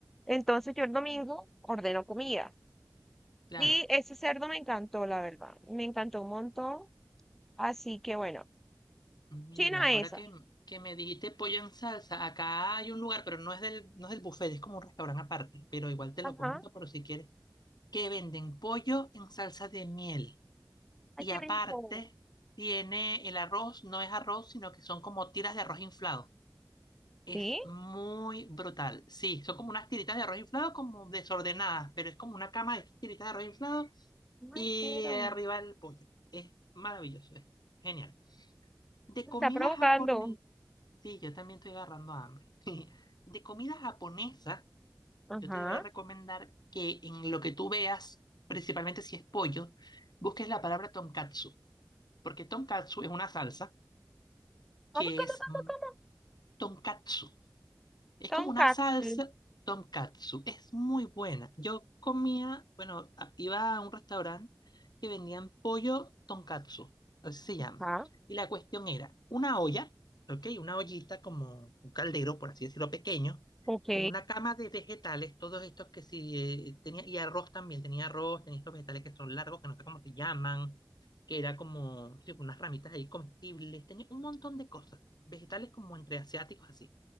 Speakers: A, in the centre; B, on the left.
A: Entonces yo el domingo ordeno comida.
B: Claro.
A: Y ese cerdo me encantó, la verdad. Me encantó un montón. Así que bueno,
B: Mira,
A: China
B: ahora
A: esa.
B: que, que me dijiste pollo en salsa, acá hay un lugar, pero no es del, no es del buffet, es como un restaurante aparte, pero igual te
A: Ajá.
B: lo comento por si quieres, que venden pollo en salsa de miel.
A: Ay,
B: Y
A: qué
B: aparte,
A: rico.
B: tiene el arroz, no es arroz, sino que son como tiras de arroz inflado. Es
A: ¿Sí?
B: muy brutal. Sí, son como unas tiritas de arroz inflado, como desordenadas, pero es como una cama de tiritas de arroz inflado
A: Ay,
B: y
A: quiero.
B: arriba el pollo. Es maravilloso, es genial. De
A: Me
B: comida
A: está provocando.
B: japonesa, sí, yo también estoy agarrando hambre. <laughs> De comida japonesa,
A: Ajá.
B: yo te voy a recomendar que en lo que tú veas, principalmente si es pollo, busques la palabra tonkatsu, porque tonkatsu es una salsa
A: ¿Cómo,
B: que
A: cómo,
B: es
A: cómo,
B: mm,
A: cómo?
B: tonkatsu. Es
A: Tonkatsu.
B: como una salsa tonkatsu. Es muy buena. Yo comía, bueno, a- iba a un restaurante que vendían pollo tonkatsu. Así se llama.
A: Ajá.
B: Y la cuestión era una olla, ¿ok? Una ollita como un caldero, por así decirlo, pequeño,
A: Ok.
B: con una cama de vegetales, todos estos que sí eh, tenía, y arroz también, tenía arroz, tenía estos vegetales que son largos, que no sé cómo se llaman, que era como sí, unas ramitas ahí comestibles, tenía un montón de cosas, vegetales como entre asiáticos así.